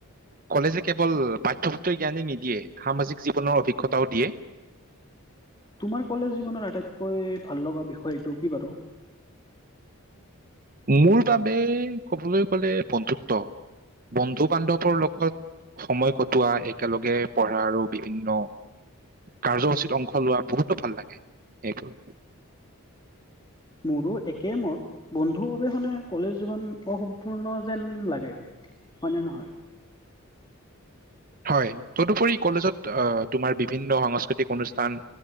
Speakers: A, on the right; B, on the left.
A: কলেজে কেৱল পাঠ্যপুথৰ জ্ঞানে নিদিয়ে সামাজিক জীৱনৰ অভিজ্ঞতাও দিয়ে
B: তোমাৰ কলেজ জীৱনৰ আটাইতকৈ ভাল লগা বিষয়টো কি বাৰু
A: মোৰ বাবে ক'বলৈ গ'লে বন্ধুত্ব বন্ধু বান্ধৱৰ লগত সময় কটোৱা একেলগে পঢ়া আৰু বিভিন্ন কাৰ্যসূচীত অংশ লোৱা বহুতো ভাল লাগে এইবোৰ
B: মোৰো একেমত বন্ধুৰ অবিহনে কলেজ জীৱন অ্সমপূৰ্ণ যেন লাগে হয় নে নহয়
A: হয় তদুপৰি কলেজত অ তোমাৰ বিভিন্ন সাংস্কৃতিক অনুষ্ঠান,